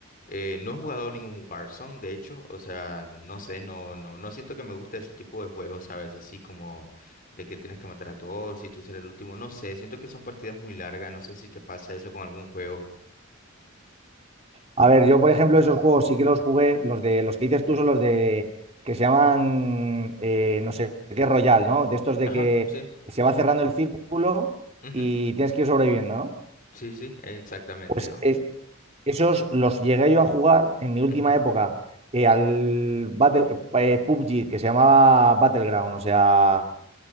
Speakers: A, on the left (about 40°); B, on the right (about 30°).
A: Eh, no he jugado ningún Warzone, de hecho, o sea, no sé, no, no, no siento que me gusta ese tipo de juegos, ¿sabes? Así como de que tienes que matar a todos y tú ser el último. No sé, siento que son partidas muy largas, no sé si te pasa eso con algún juego.
B: A ver, yo, por ejemplo, esos juegos sí que los jugué. Los de los que dices tú son los de que se llaman eh, no sé qué Royal, ¿no? De estos de
A: Ajá,
B: que
A: sí.
B: se va cerrando el círculo
A: ujú,
B: y tienes que ir sobreviviendo, ¿no?
A: Sí, sí, exactamente.
B: Pues
A: o-
B: es- esos los llegué yo a jugar en mi última
A: ujú,
B: época eh, al Battle- eh, PUBG, que se llamaba Battleground, o sea,